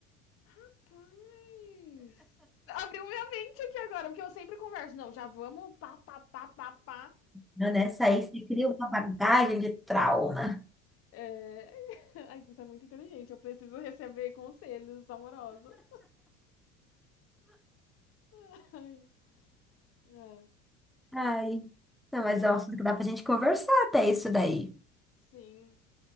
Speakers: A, on the left; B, in the centre.
A: Rapaz! Abriu minha mente aqui agora, porque eu sempre converso. Não, já vamos pá, pá, pá, pá, pá.
B: né? Isso aí você cria uma bagagem de trauma.
A: É... <laughs> Ai, você é muito inteligente. Eu preciso receber conselhos amorosos. <laughs> Ai, é,
B: Ai. Não, mas é um assunto que dá pra gente conversar até isso daí.
A: sim.